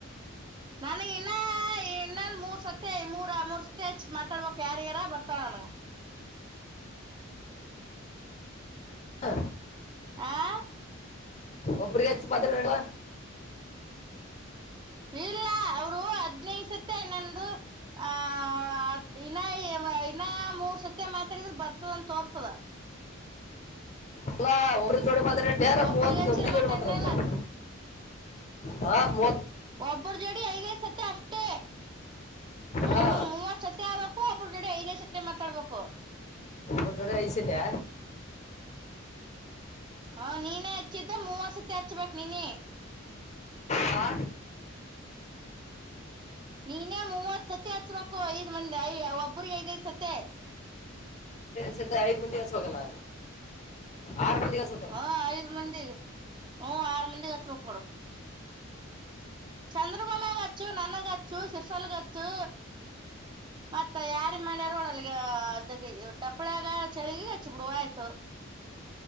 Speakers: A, on the right (about 20°); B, on the left (about 35°).
A: ನನಗ್ ಇನ್ನ ಇನ್ನನ್ ಮೂರ್ ಸತಿ ಮೂರ ಮೂರ್ ಸತಿ ಹೆಚ್ಚ ಮಾತಾಡಬೋ ಕ್ಯಾರಿಯರ ಬರ್ತಾವ ನನ
B: ಹ
A: ಆಾಂ
B: ಒಬ್ರಿಗೆಚ್ಚ ಪತ್ರುವ
A: ಇಲ್ಲ ಅವರು ಹದ್ನೈಯಸತ್ತೆ ನಂದು್ದ ಆ ಅದ್ ಇನ್ನ ಇನ್ನ ಮೂರ್ ಸತಿ ಮಾತ್ರಿದ್ರ ಬರ್ತದ ತೋರ್ತದ
B: ಅಲ್ಲಾ ಒರ್ ಜೋಡೆ ಮಾತ್ರ್ರೆ ಡೇರ
A: ಒಬ್ರಿಗೆ
B: ಮೂವತ್ತ
A: ಹಚ್ಚಿರ
B: ಒ ಜೋಡಿ
A: ಮಾತಾಡಿನಲ್ಲ
B: ಮಾತ್ರ ಹತಾರೆ ಹಾ ಮ
A: ಒಬ್ಬರು ಜಡಿ ಐದೈ್ ಸತಿ ಅಷ್ಟೇ ಹ್ಮ್
B: ಹಾ
A: ಹ್ಮ ಮೂವತ್ ಸತಿ ಆ ಹ ಒ ಅವಬ್ರ ಜೊಡೆ ಐದೇ ಜೊತೆ ಮಾತಾಡ್ಬೇಕು
B: ತೊಂದರಿಸಿದೆ
A: ಹಾ ನೀನೇ ಹಚ್ಚಿದ್ದ ಮೂವ ಸತಿ ಹಚ್ಬೇಕಕ್ ನೀನೇ
B: ಹಾ
A: ನೀನೇ ಮೂವತ್ ಸತಿ ಹಚ್ಬೇಕು ಐದ್ ಮಂದಿಯ ಒಬ್ಬ್ರಿಗೆ ಐದೈದ್ ಸತಿ
B: ಸ ಐದ್ ಮಂದಿಸ ಹೋಗಲ್ಲ ಆರು ಮಂದಿಗಸ ಹ
A: ಹಾ ಐದು್ ಮಂದಿ ಹ್ಮ ಆರು ಮಂದಿ ಹಚ್ಬೇಕ ಕೊಡು ಚಂದ್ರ ಬೊಮ್ಮಗಚ್ಚು ನನ್ನಗಚ್ಚು ಸಿರ್ಸಾಲ್ ಚ್ಚು ಮತ್ತ ಯಾರಿ ಮಾಡ್ಯಾರೋಡ ಅಲ್ಲಿ ಅದ ಟಪ್ಪಳಾಗ ಚಳಿಗ ಹಚ್ಚಿ ಬಿಡುವ ಆಯ್ತು